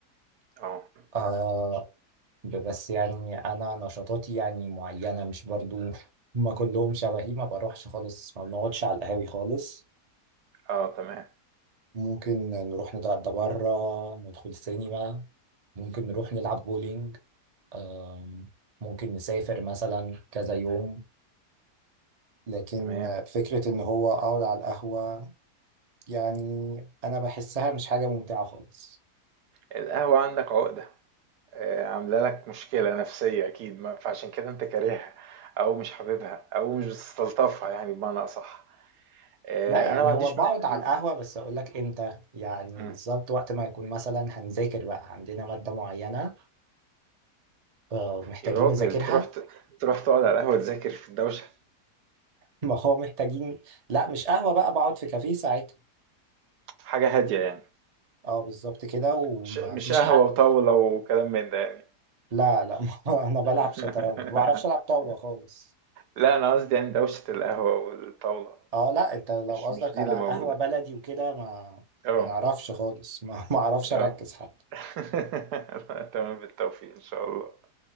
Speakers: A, on the right; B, on the right.
A: اه
B: آه بس يعني انا نشاطاتي يعني معينه مش برضو ما كلهم شبهي ما بروحش خالص ما بنقعدش على القهاوي خالص
A: اه تمام
B: ممكن نروح نتغدى بره ندخل سينما ممكن نروح نلعب بولينج آم، ممكن نسافر مثلا كذا يوم لكن
A: تمام
B: فكرة إن هو أقعد على القهوة يعني أنا بحسها مش حاجة ممتعة خالص
A: القهوة عندك عقدة آه، عاملة لك مشكلة نفسية اكيد ما- فعشان كده انت كارهها او مش حاببها او مش بتستلطفها يعني بمعنى اصح آه،
B: لا يعني
A: انا ما عنديش
B: هو بقعد
A: م...
B: على
A: م...
B: القهوة بس أقول لك إمتى يعني
A: م.
B: بالظبط وقت ما يكون مثلا هنذاكر بقى عندنا مادة معينة آه، محتاجين
A: يا راجل
B: نذاكرها
A: تروح ت... تروح تقعد على القهوة تذاكر في الدوشة
B: <laughs> ما هو محتاجين لا مش قهوة بقى بقعد في كافيه ساعتها
A: حاجة هادية يعني
B: اه بالظبط كده وما
A: مش مش
B: فيش
A: قهوة
B: حق
A: وطاولة وكلام من ده يعني
B: لا لا <laughs> ما هو انا
A: <laughs>
B: بلعب شطرنج ما بعرفش العب طاولة خالص
A: لا انا قصدي يعني دوشة القهوة والطاولة
B: اه لا انت لو
A: مش
B: قصدك
A: مش دي
B: على
A: اللي موجودة
B: قهوة بلدي وكده ما
A: اه
B: ما نعرفش خالص <laughs> ما ما اعرفش
A: اه
B: اركز حتى
A: <laughs> تمام بالتوفيق إن شاء الله